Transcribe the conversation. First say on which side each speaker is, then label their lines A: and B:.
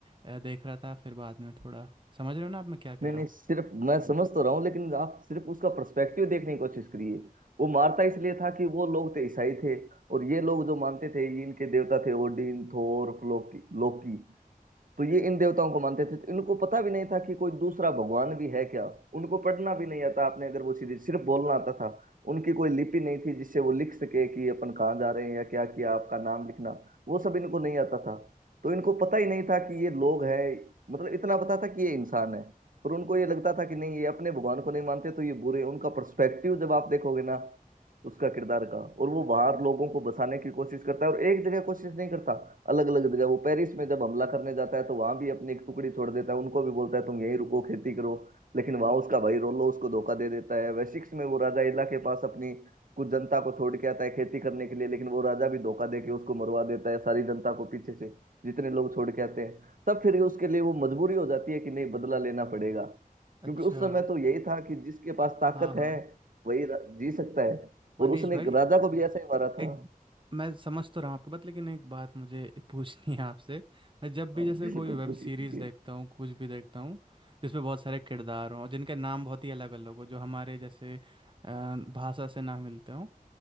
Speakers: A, on the right; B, on the right.
A: अ, देख रहा था फिर बाद में थोड़ा समझ रहे हो ना आप मैं क्या कह
B: नहीं
A: रहा
B: नहीं
A: हूँ
B: सिर्फ मैं समझ तो रहा हूँ लेकिन आप सिर्फ उसका पर्सपेक्टिव देखने की कोशिश करिए वो मारता इसलिए था कि वो लोग थे ईसाई थे और ये लोग जो मानते थे ये इनके देवता थे ओडिन थोर लोकी लोकी तो ये इन देवताओं को मानते थे तो इनको पता भी नहीं था कि कोई दूसरा भगवान भी है क्या उनको पढ़ना भी नहीं आता आपने अगर वो सीधी सिर्फ बोलना आता था उनकी कोई लिपि नहीं थी जिससे वो लिख सके कि अपन कहाँ जा रहे हैं या क्या किया आपका नाम लिखना वो सब इनको नहीं आता था तो इनको पता ही नहीं था कि ये लोग हैं मतलब इतना पता था कि ये इंसान है पर उनको ये लगता था कि नहीं ये अपने भगवान को नहीं मानते तो ये बुरे हैं। उनका पर्सपेक्टिव जब आप देखोगे ना तो उसका किरदार का और वो बाहर लोगों को बसाने की कोशिश करता है और एक जगह कोशिश नहीं करता अलग अलग जगह वो पेरिस में जब हमला करने जाता है तो वहां भी अपनी एक टुकड़ी छोड़ देता है उनको भी बोलता है तुम यहीं रुको खेती करो लेकिन वहां उसका भाई रोलो उसको धोखा दे देता है वेसिक्स में वो राजा इला के पास अपनी कुछ जनता को छोड़ के आता है खेती करने के लिए लेकिन वो राजा भी धोखा दे के उसको मरवा देता है सारी जनता को पीछे से जितने लोग छोड़ के आते हैं तब फिर उसके लिए वो मजबूरी हो जाती है कि नहीं बदला लेना पड़ेगा
A: अच्छा
B: क्योंकि उस समय तो यही था कि जिसके पास ताकत
A: हाँ हाँ
B: है वही रा- जी सकता है और
A: मनीष
B: उसने
A: भाई
B: एक राजा को भी ऐसा ही मारा था
A: एक मैं समझ तो रहा हूँ आपकी बात लेकिन एक बात मुझे <laughs> पूछनी है आपसे मैं जब भी
B: हाँ,
A: जैसे
B: बिल्कुल
A: कोई वेब
B: पूछिए
A: सीरीज़
B: पूछिए
A: देखता हूँ कुछ भी देखता हूँ जिसमें बहुत सारे किरदार हों और जिनके नाम बहुत ही अलग अलग हो जो हमारे जैसे अ, भाषा से ना मिलते हों